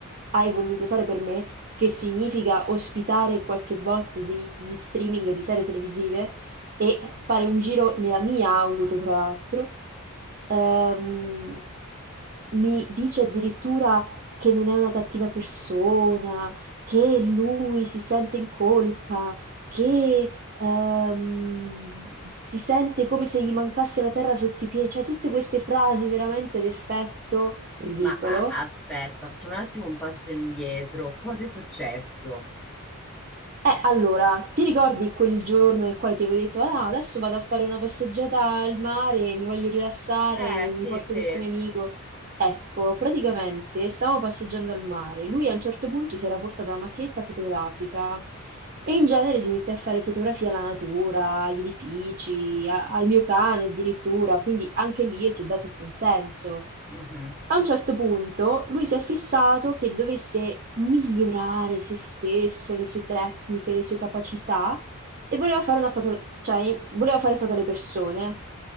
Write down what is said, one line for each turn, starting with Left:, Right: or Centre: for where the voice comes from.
Right: hai voluto fare per me, che significa ospitare qualche volta degli streaming di serie televisive e fare un giro nella mia auto, tra l'altro, ehm, mi dice addirittura che non è una cattiva persona, che lui si sente in colpa, che, ehm, si sente come se gli mancasse la terra sotto i piedi, cioè tutte queste frasi veramente ad effetto ridicolo.
Centre: Ma, ma aspetta, facciamo un attimo un passo indietro. Cosa è successo?
Right: Eh, allora, ti ricordi quel giorno nel quale ti avevo detto, ah, adesso vado a fare una passeggiata al mare, mi voglio rilassare,
Centre: Eh,
Right: mi, mi
Centre: sì,
Right: porto
Centre: sì.
Right: questo mio amico. Ecco, praticamente stavamo passeggiando al mare, lui a un certo punto si era portato la macchinetta fotografica e in genere si mette a fare fotografie alla natura, agli edifici, a- al mio cane addirittura, quindi anche lì io ti ho dato il consenso.
Centre: Mhm,
Right: A un certo punto lui si è fissato che dovesse migliorare se stesso, le sue tecniche, le sue capacità e voleva fare una foto, cioè voleva fare foto alle persone.